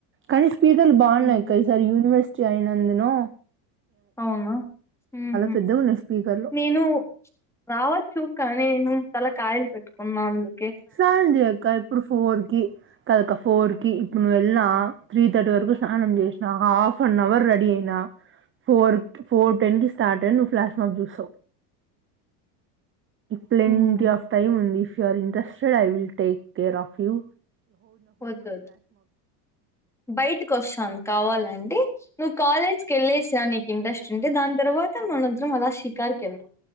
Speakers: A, on the right; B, in the centre.
A: కనీ పీదలు బాగున్నాయిక్క
B: అవును.
A: ఈసారి యూనివర్సిటీ జైనందను
B: అవునా ఉహు
A: పెద్దగున్నాయి స్పీకర్లు
B: నేను రావచ్చ చూ కానీ తల కాయలు పె ఉన్నాండి
A: స్నానం చేయక ఇప్పుడు ఫోర్ కి కదక ఫోర్ కి ఇప్పుడు వె వె త్రీ థర్టీ వరకు స్నానం చేసిన, హాఫ్ అన్ అవర్ రెడీ అయినా, ఫోర్ ఫోర్ టెన్ కి స్టార్ట్ అయి నువ్వు ఫ్లాష్మాఫ్ చూస్తావు ప్లెంటిీ
B: హ్మ్.
A: ఆఫ్ టైమ్ ఉంది if you are interest I will take care of you
B: ఓదదు బయటికి వస్తాను కావాలండి నువ్ కాలేజ్ కెల్లేసరా నీ ఇంట్రే టే దాని తర్వాత మన ఇద్రం మలా అల సికారకి వెళ్దాం